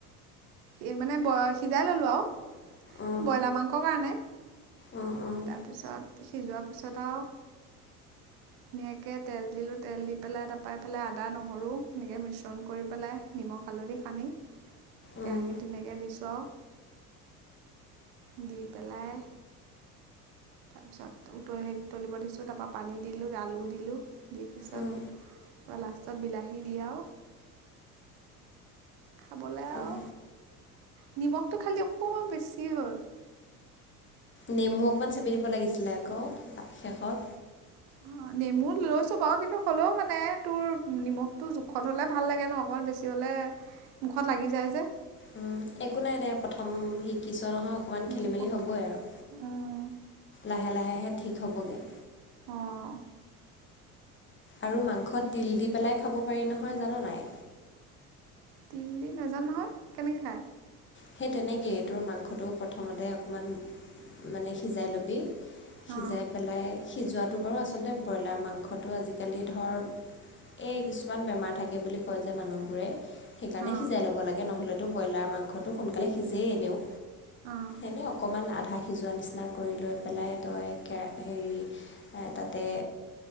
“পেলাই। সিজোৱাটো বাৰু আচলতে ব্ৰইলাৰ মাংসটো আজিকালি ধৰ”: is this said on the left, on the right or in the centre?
Left